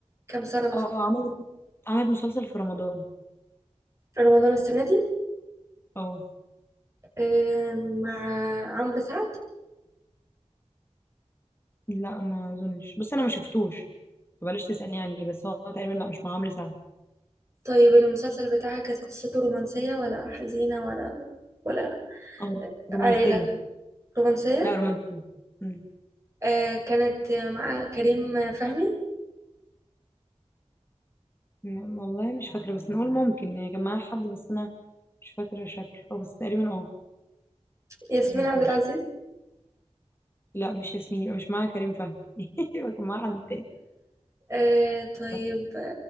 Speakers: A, on the right; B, on the left.
A: كام سنة مثلا
B: اه عملت عملت مسلسل في رمضان
A: رمضان السنة دي
B: اه
A: إيه مع عمرو سعد
B: لا ما اظنش بس انا ما شفتوش فبلاش تسألني عليه بس هو تقريبا لا مش مع عمرو سعد
A: طيب المسلسل بتاعها كانت قصته رومانسية ولا حزينة ولا ولا
B: اه
A: عائلة
B: رومانسية
A: رومانسية
B: لا رومانسية مم.
A: إيه كانت مع كريم فهمي
B: لا، والله مش فاكرة بس نقول ممكن يعني كان معاها حد بس انا مش فاكرة شكله اه بس تقريبا اه
A: ياسمين
B: كريم
A: عبد
B: فهمي
A: العزيز
B: لا مش ياسمين يبقى مش معاها كريم فهمي <laughs> يبقى كان معاها حد تاني
A: إيه طيب
B: لا